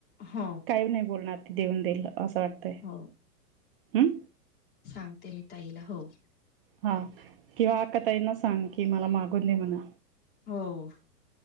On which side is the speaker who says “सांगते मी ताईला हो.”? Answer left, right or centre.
Left